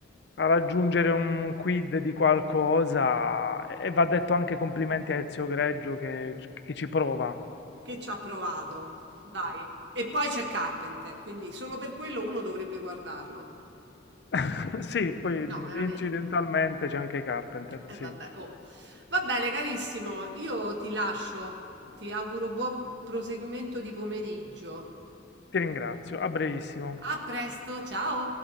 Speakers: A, on the left; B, on the right.
A: raggiungere un quid di qualcosa e va detto anche complimenti a Ezio Greggio che che ci prova.
B: Che ci ha provato, dai. E poi c'è Carpenter, quindi solo per quello uno dovrebbe guardarlo.
A: <laughs> Sì, poi
B: No, veramente.
A: incidentalmente c'è anche Carpenter,
B: E
A: sì.
B: vabbè, oh. Va bene, carissimo, io ti lascio. Ti auguro buon proseguimento di pomeriggio.
A: Ti ringrazio, a brevissimo.
B: A presto, ciao.